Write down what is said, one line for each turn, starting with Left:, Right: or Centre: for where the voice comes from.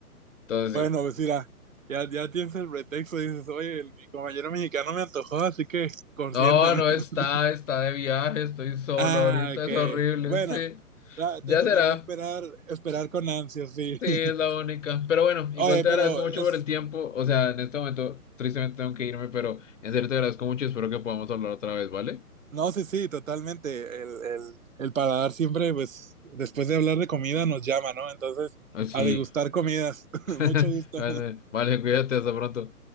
Left: Entonces,
Right: Bueno,
Left: sí.
Right: pues mira, ya, ya tienes el pretexto. Dices, oye, el- mi compañero mexicano me antojó, así que consiénteme.
Left: No, no está,
Right: <laughs>
Left: está de viaje, estoy solo
Right: Ah,
Left: ahorita,
Right: ok.
Left: es horrible,
Right: Bueno,
Left: sí.
Right: la-
Left: Ya
Right: te tocará
Left: será.
Right: esperar, esperar con ansias, sí.
Left: Sí, es
Right: <laughs>
Left: la única. Pero bueno, igual
Right: Oye,
Left: te
Right: pero
Left: agradezco mucho
Right: es.
Left: por el tiempo. O sea, en este momento, tristemente tengo que irme, pero en serio te agradezco mucho y espero que podamos hablar otra vez, ¿vale?
Right: No, sí, sí, totalmente. El, el, el paladar siempre, pues, después de hablar de comida, nos llama, ¿no? Entonces,
Left: Ah, Sí,
Right: a degustar comidas. <laughs>
Left: <laughs>
Right: Mucho gusto.
Left: Vale, cuídate, hasta pronto.